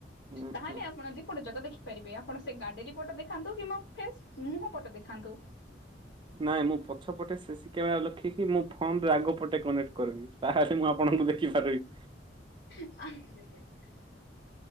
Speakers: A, on the right (about 25°); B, on the left (about 60°).
A: ଉଁ
B: ତାହେଲେ
A: ହୁଁ
B: ଆପଣ ଯ ଆପଣ ଯାକ ଦେଖିପାରିବେ ଆପଣ ସେ ଗାଡେଲି ପଟ ଦେଖାନ୍ତୁ କିମ୍ବା ଫ୍ରେଶ ମୁହଁ ପଟ ଦେଖାନ୍ତୁ।
A: ନାଇଁ ମୁଁ ପଛ ପଟେ ସିସିି କ୍ୟାମେରା ଲଖିକି ମୁଁ ଫୋନରେ ଆଗ ପଟେ କନେକ୍ଟ କରିବି ତାହେଲେ ମୁଁ ଆପଣଙ୍କୁ ଦେଖିପାରିବି।
B: <unintelligible>